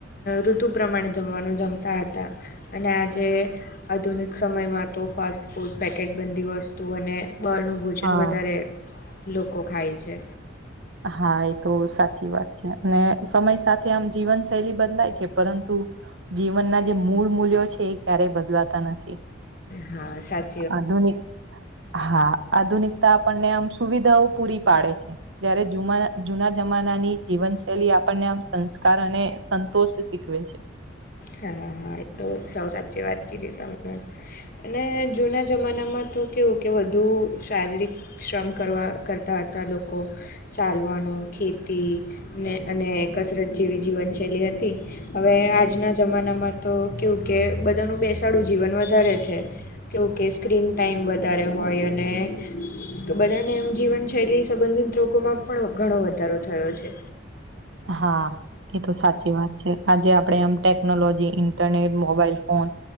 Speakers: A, on the left; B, on the right.
A: ઋતુ પ્રમાણે જમવાનું જમતા હતા. અને આજે આધુનિક સમયમાં તો ફાસ્ટ ફૂડ પેકેટ બંધી વસ્તુ અને બહારનું ભોજન
B: હા
A: વધારે લોકો ખાય છે.
B: હા એ તો સાચી વાત છે અને સમય સાથે આમ જીવન શૈલી બદલાય છે પરંતુ જીવનના જે મૂળ મૂલ્યો છે એ ક્યારેય બદલાતા નથી.
A: હા સાચ
B: આધુન હા આધુનિકતા આપણને આમ સુવિધાઓ પૂરી પાડે છે જયારે જુના જમાનાની જીવનશૈલી આપણને આમ સંસ્કાર અને સંતોષ શીખવે છે.
A: હા હા એ તો સૌ સાચી વાત કીધી તમે. અને જૂના જમાનામાં તો કેવું કે વધુ શારીરિક શ્રમ કરવા કરતા હતા લોકો ચાલવાનું ખેતી ને અને કસરત જેવી જીવનશૈલી હતી હવે આ આજના જમાનામાં તો કેવું કે બધાનું બેસાડું જીવન વધારે છે. કેવ કે સ્ક્રીન ટાઈમ વધારે હોય અને તો બધાને એમ જીવનશૈલી સંબંધિત લાકોમાં પણ ઘણો વધારો થયો છે.
B: હા એ તો સાચી વાત છે. આજે આપડે આમ ટેકનોલોજી ઇન્ટરનેટ મોબાઈલ ફોન